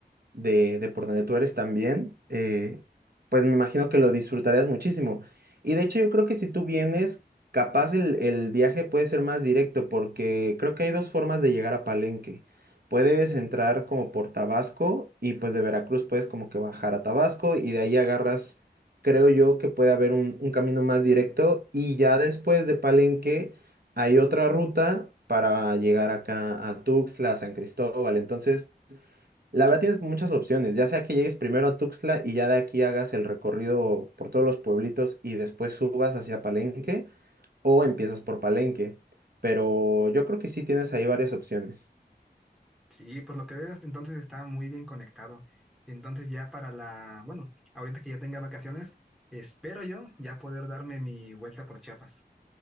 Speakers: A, on the right; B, in the centre.
A: de, de por donde tú eres también, eh, pues me imagino que lo disfrutarías muchísimo. Y de hecho yo creo que si tú vienes, capaz el, el viaje puede ser más directo porque creo que hay dos formas de llegar a Palenque. Puedes entrar como por Tabasco y pues de Veracruz puedes como que bajar a Tabasco y de ahí agarras, creo yo que puede haber un, un camino más directo y ya después de Palenque hay otra ruta para llegar acá a Tuxtla, a San Cristóbal. Entonces... La verdad tienes muchas opciones, ya sea que llegues primero a Tuxtla y ya de aquí hagas el recorrido por todos los pueblitos y después subas hacia Palenque o empiezas por Palenque, pero yo creo que sí tienes ahí varias opciones.
B: Sí, por lo que veo, hasta entonces está muy bien conectado. Entonces ya para la, bueno, ahorita que ya tenga vacaciones, espero yo ya poder darme mi vuelta por Chiapas.